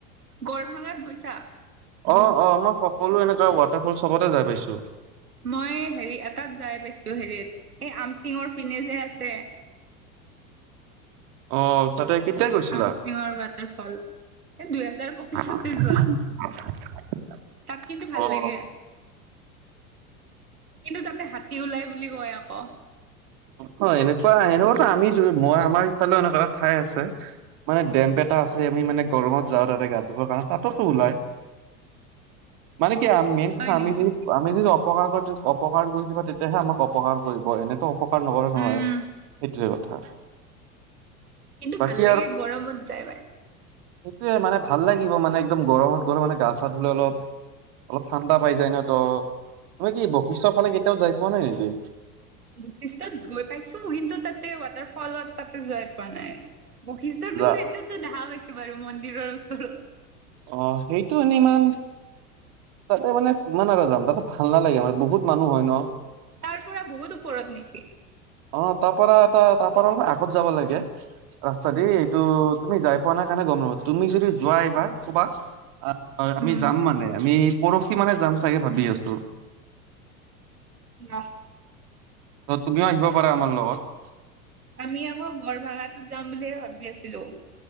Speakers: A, on the right; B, on the right.
A: গৰভাঙাত গৈছা?
B: অ অ মই সকলো এনেকা ৱাটাৰফল চবতে যাই পাইছো।
A: মই হেৰি এটাত যাই পাইছোঁ হেৰিত এই আমচিঙৰ পিনে যে আছে।
B: অ' তাতে কেতিয়া গৈছিলা?
A: আমচিঙৰ ৱাটাৰফল এ দুহেজাৰ পঁচিছতে
B: <unintelligible>
A: যোৱা তাত কিন্তু ভাল
B: অ',
A: লাগে। কিন্তু তাতে হাতী ওলাই বুলি কয় আকৌ।
B: হয় এনেকুৱা, এনেকুৱাতো আমি মই আমাৰ ইফালেও এনেকুৱা এটা ঠাই আছে। মানে ডেম্প এটা আছে, আমি মানে গৰমত যাওঁ তাতে গা ধুবৰ কাৰণ তাতেতো ওলাই। মানে কি হা মেইন
A: হয়
B: কথা আমি
A: নেকি
B: যি আমি যদি অপকাৰ কৰি তো অপকাৰ কৰিব তেতিয়াহে আমাক অপকাৰ কৰিব এনেতো অপ কাৰ নকৰে নহয়
A: উম
B: সিটোৱে কথা।
A: কিন্তু
B: বাকী
A: ভাল লাগে গৰমত যায় বাই।
B: টোৱে মানে ভাল লাগিব মানে একদম গৰমত গৰম মানে গা চা ধুলে অলপ অলপ ঠাণ্ডা পাই যায় ন ত, তুমি কি বশিষ্টৰ ফালে কেতিয়াও যাই পোৱা নাই নেকি?
A: বশিষ্টত গৈ পাইছো কিন্তু তাতে ৱাটাৰ ফলত তাতে যোৱাই পোৱা নাই। বশিষ্টটো
B: যা
A: সেইটোতো দেখা পাইছো বাৰু মন্দিৰৰ ওচৰৰ।
B: অ সেইটো এনিমান তাতে মানে কিমান আৰু যাম তাতে ভাল নালাগে মানে বহুত মানুহ হয় ন।
A: তাৰ পৰা বহুত ওপৰত নিকি?
B: অ তাৰ পৰা এটা তাৰ পৰা অলপ আগত যাব লাগে। ৰাস্তা দি এইটো তুমি যাই পোৱা নাই কাৰণে গম নাপাবা, তুমি যদি যোৱা এইবাৰ কবা আ <unintelligible> আমি
A: উম
B: যাম মানে আমি পৰশি মানে যাম চাগে ভাবি আছো।
A: ন
B: ত তুমিও আহিব পাৰা আমাৰ লগত।
A: আমি আকৌ গড় ভাঙাটোত যাম বুলিহে ভাবি আছিলো।